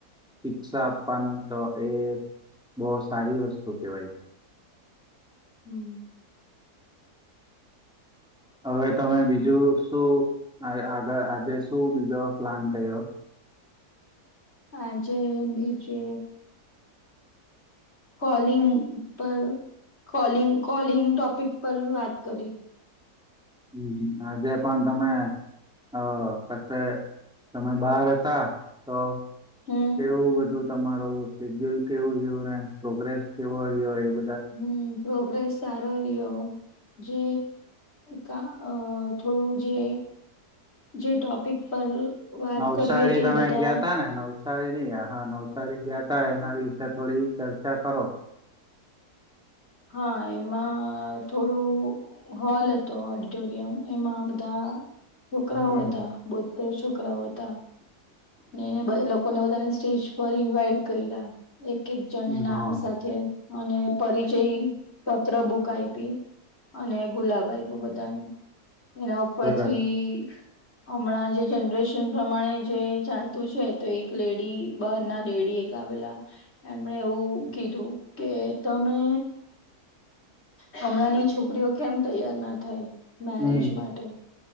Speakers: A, in the centre; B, on the left.
A: શિક્ષા આપાનું તો એ બો સારી વસ્તુ કેવાય. <inaudible>
B: હમ.
A: હવે તમે બીજું શું આય-આગ-આજે શું બીજો પ્લાન કર્યો?
B: આજે બીજે કોલિંગ પર કોલિંગ કોલિંગ ટોપિક પર વાત કરી.
A: હમ અજે પણ તમે હ પર તે તમે બાર હતા તો
B: હમ
A: એવું બધું તમારું સેડ્યુલ કેવું રીયું, ને પ્રોગ્રેસ કેવો રિયો એ બ
B: હમ પ્રોગ્રેસ સારો રિયો. જે કા અ થોડું જે જે ટોપિક પર વાત
A: નવસારી
B: કરવી હતી
A: તમે
B: એ બધા
A: ગ્યા તા ને? નવસારી ની હા નવસારી ગ્યા તા એના વિશે થોડી ચર્ચા કરો.
B: હા એમાં થોડું હોલ હતો. ઓડિટોરિયમ એમાં બધા છોકરાઓ
A: હમ
B: હતા. બોતેર છોકરાઓ હતા. ને એને બય લોક લોકોને બધાને સ્ટેજ પર ઇન્વાઈટ કર્યા. એક એક જણને નામ
A: હા
B: સાથે અને પરિચય પત્રબુક આયપી અને ગુલાબ આયપુ બધાને. એના ઉપરથી
A: સરસ
B: હમણા જે જનરેશન પ્રમાણે જે ચાલતું છે તો એક લેડી બહાર ના લેડી એક આવેલા. એમણે એવું કીધું કે તમે હમણાંની છોકરીઓ કેમ તૈયાર ના થાય મેરેજ
A: હમ
B: માટે?